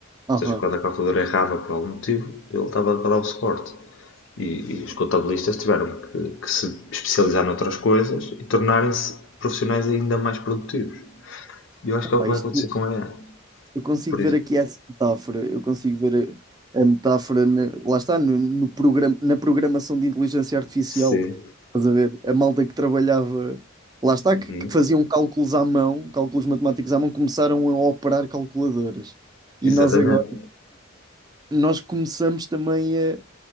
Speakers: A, on the right (about 20°); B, on the left (about 65°).
A: Aham.
B: seja, quando a calculadora errava por algum motivo, ele estava para dar o suporte. E, e os contabilistas tiveram que, que se especializar noutras coisas e tornarem-se profissionais ainda mais produtivos. E eu acho
A: Opa,
B: que é o que vai
A: isto,
B: acontecer com a AI.
A: eu consigo
B: Por, ex-
A: ver aqui essa metáfora, eu consigo ver a, a metáfora, na- lá está, no, no programa, na programação de inteligência artificial,
B: Sim.
A: estás a ver? A malta que trabalhava, lá está,
B: Uhum.
A: que, que faziam cálculos à mão, cálculos matemáticos à mão, começaram a operar calculadoras. E
B: Exatamente.
A: nós agora. nós começamos também a